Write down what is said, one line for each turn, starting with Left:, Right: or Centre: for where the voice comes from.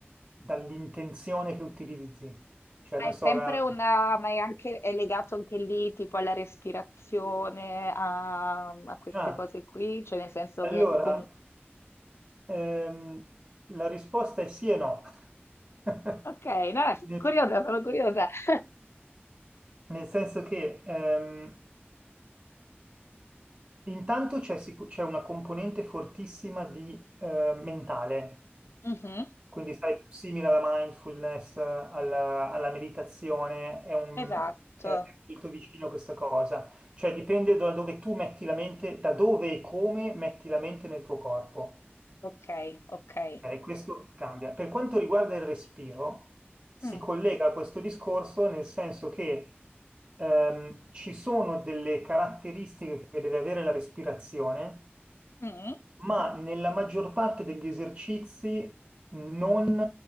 Right: dall'intenzione che utilizzi. Cioè, non
Left: Ma è
Right: so,
Left: sempre
Right: la...
Left: una, ma è anche, è legato anche lì, tipo alla respirazione, a, a queste
Right: Ah,
Left: cose qui, cioè nel senso
Right: allora,
Left: che comunque...
Right: ehm, la risposta è sì e no. <laughs>
Left: Ok, no, sono
Right: Nel
Left: curiosa, sono curiosa. <laughs>
Right: nel senso che ehm, Intanto c'è sicu- c'è una componente fortissima di eh, mentale,
Left: Mh-mh.
Right: quindi sai, simile alla mindfulness, eh, alla, alla meditazione, è un,
Left: Esatto.
Right: è, è molto vicino a questa cosa, cioè dipende da dove tu metti la mente, da dove e come metti la mente nel tuo corpo.
Left: Okay, okay.
Right: Ok, questo cambia. Per quanto riguarda il respiro, si
Left: Mh,
Right: collega a questo discorso nel senso che ehm, ci sono delle caratteristiche che deve avere la respirazione
Left: mh,
Right: ma nella maggior parte degli esercizi non